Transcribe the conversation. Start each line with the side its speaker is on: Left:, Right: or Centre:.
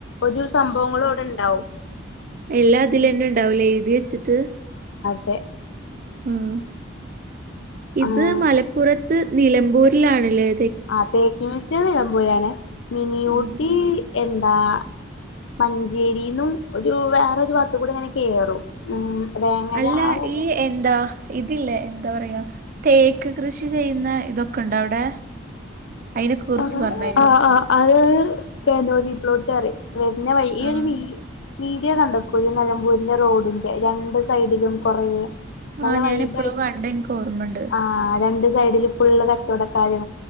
Left: ഒരു സംഭവങ്ങളും അവിടെ ഇണ്ടാവും-
Right: എല്ലാ അതിലന്നെ ഉണ്ടാവലേ എഴുതി വെച്ചിട്ട്-
Left: തെ-
Right: ആഹ് ഇത്
Left: ആഹ്
Right: മലപ്പുറത്ത് നിലമ്പൂരിലാണില്ലേ?
Left: ആഹ് തേക്ക് മീസിയം ഞാൻ പോയാണ് മിനിയൂട്ടി
Right: ഉം
Left: എന്താ- മഞ്ചേരിന്നും ഒരു വേറരു വത്ത് കൂടെ അങ്ങനെ കേറും ഉം- വേങ്ങര
Right: അല്ല
Left: ആ ഭാഗ
Right: ഈ എന്താ ഇതില്ലേ? എന്താ പറയാ തേക്ക് കൃഷി ചെയ്യുന്ന ഇതൊക്കെ ഉണ്ടോ അവിടെ? അയിനൊക്കെ കുറിച്ച്
Left: ആഹ്
Right: പറഞ്ഞരോ
Left: ആഹ് ആഹ് അത് കെനോദിപ്ലൊട്ടെന്ന്പറയും- വരുന്ന വഴി ഈ
Right: ആഹ്
Left: ഒരു വീ വീഡിയ കണ്ടക്കൂഈ നെലമ്പൂരിന്റെ റോഡിന്റെ രണ്ട് സൈഡിലും കൊറെ- നല്ല
Right: ആഹ് ഞാൻ
Left: വൈബായി്
Right: എപ്പോഴോ കണ്ട് എനിക്ക് ഓർമ്മണ്ട്
Left: ആഹ് രണ്ട് സൈഡിലും- ഫുള്ള് കച്ചവടക്കാരു